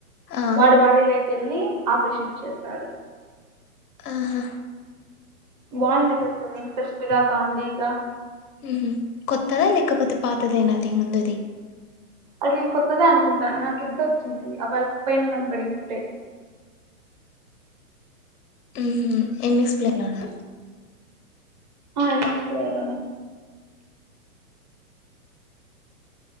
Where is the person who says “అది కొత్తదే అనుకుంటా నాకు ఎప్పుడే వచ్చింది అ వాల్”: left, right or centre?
Right